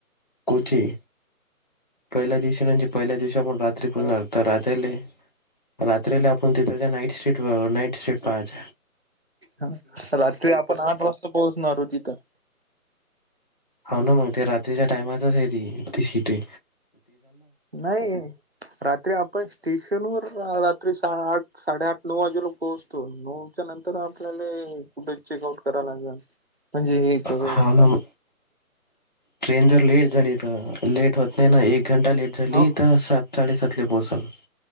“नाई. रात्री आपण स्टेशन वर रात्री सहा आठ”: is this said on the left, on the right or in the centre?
Right